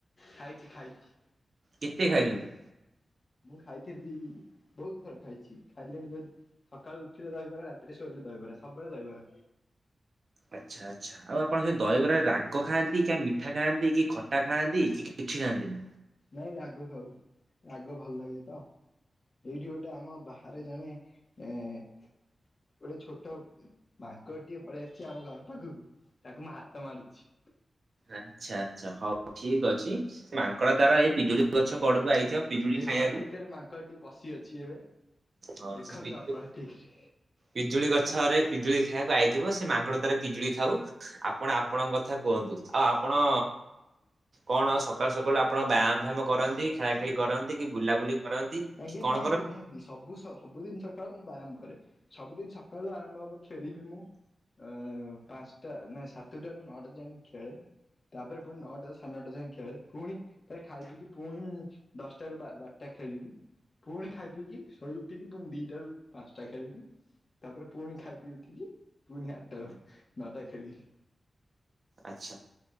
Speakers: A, on the left; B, on the right.
A: ଖାଇଛି ଖାଇଛି।
B: କେତେ ଖାଇଛନ୍ତି?
A: ମୁଁ ଖାଇଥିବି ବହୁତ ଥର ଖାଇଛି ଖାଇଲାଣି ଯ ସକାଳୁ ଉଠିଲେ ଦହିବାର ରାତିରେ ଶୋଇଲେ ଦହିବାର ସବୁବେଳେ ଦହିବାର।
B: ଆଚ୍ଛା। ଆଛା ଆଉ ଆପଣ ସେ ଦହିବରାରେ ରାଗ ଖାଆନ୍ତି କି ମିଠା ଖାଆନ୍ତି କି ଖଟା ଖାଆନ୍ତି କି କିଛି ଖାଆନ୍ତିନି?
A: ନାଇଁ ରାଗ ଖାଉ ରାଗ ଭଲ ଲାଗେ ତ। ଏଇଠି ଗୋଟେ ଆମ ବାହାରେ ଜଣେ ଏ ଗୋଟେ ଛୋଟ ମାଙ୍କଡ଼ ଟିକେ ପଳେଇଆସିଛି ଆମ ଘର ପାଖକୁ ତାକୁ ମୁଁ ହାତ ମାରୁଛି।
B: ଆଛା ଆଚ୍ଛା ହଉ ଠିକ ଅଛି ମାଙ୍କଡ଼ ତାର ଏଇ ପିଜୁଳି ଗଛ କଡକୁ ଆଇଥିବ ପିଜୁଳି
A: ହେଇ
B: ଖାଇବାକୁ
A: ଘର ଭିତରେ ମାଙ୍କଟି ପଶି ଅଛି ଏବେ।
B: ହଁ
A: ଦେଖନ୍ତୁ
B: ସେ ପିଜୁ
A: ଆପଣ ଠିକ ରେ।
B: ପିଜୁଳି ଗଛରେ ପିଜୁଳି ଖାଇବାକୁ ଆଇଥିବ ସେ ମାଙ୍କଡ଼ ତାରେ ପିଜୁଳି ଖାଉ। ଆପଣ ଆପଣଙ୍କ କଥା କୁହନ୍ତୁ। ଆଉ ଆପଣ କଣ ସକାଳୁ ସକାଳୁ ଆପଣ ବ୍ୟାୟାମ ଫ୍ୟାମ କରନ୍ତି? ଖେଳା ଖେଳି କରନ୍ତି କି ବୁଲାବୁଲି କରନ୍ତି?
A: ଆଜ୍ଞା
B: କି କଣ
A: ନିହାତି
B: କରନ୍ତି
A: ନିହାତି ସବୁ ସ ସବୁଦିନ ସକାଳୁ ମୁଁ ବ୍ୟାୟାମ କରେ ସବୁଦିନ ସକାଳୁ ଆରମ୍ଭ ହବ ଖେଳିବି ମୁଁ ଏ ପାଞ୍ଚଟା ନାଇ ସାତଟାରୁ ନଅଟା ଯାଏ ମୁଁ ଖେଳେ। ତାପରେ ପୁଣି ନଅଟା ସାଢେ ନଅଟା ଯଏଁ ଖେଳେ ପୁଣି ତାରେ ଖାଇ ପିଇକି ପୁଣି ଦଶଟା ରୁ ବାରଟା ଖେଳିବି। ପୁଣି ଖାଇ ପିଇ କିି ଶୋଇ ଉଠିକି ପୁଣି ଦିଟା ର ପାଞ୍ଚଟା ଖେଳିବି। ତାପରେ ପୁଣି ଖାଇ ପିଇ ଉଠିକି ପୁଣି ଆଠଟା ରୁ ନଅଟା ଖେଳିବି।
B: ଆଛା